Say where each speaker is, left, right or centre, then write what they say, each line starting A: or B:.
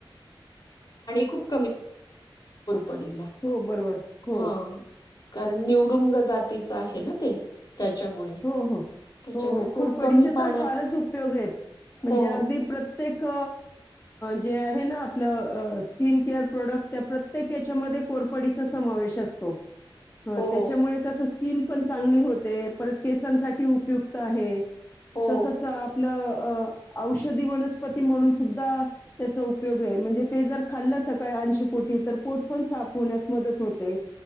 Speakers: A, on the left (about 45°); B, on the left (about 20°).
A: खप पडला
B: हो, बरोबर. हो,
A: हा कारण निवडुंग जातीच आहे ना ते त्याच्यामुळे
B: हो हो
A: त्याच्यामुळे
B: हो हो
A: खूप
B: कोरपडीचे
A: कमी पाण्यात
B: तर फारच उपयोग आहेत म्हणजे
A: हो
B: अगदी प्रत प्रत्येक जे आहे ना आपलं स्किन केअर प्रोडक्ट त्या प्रत्येक याच्यामध्ये कोरपडीचा समावेश असतो ह
A: हो
B: त्याच्यामुळे कसं स्किन पण चांगली होते परत केसांसाठी उपयुक्त आहे
A: हो
B: तसच आपलं अ औषधी वनस्पती म्हणून सुद्धा त्याचा उपयोग आहे म्हणजे ते जर खाल्लं सकाळी ऐंशी पोटी तर पोट पण साफ होण्यास मदत होते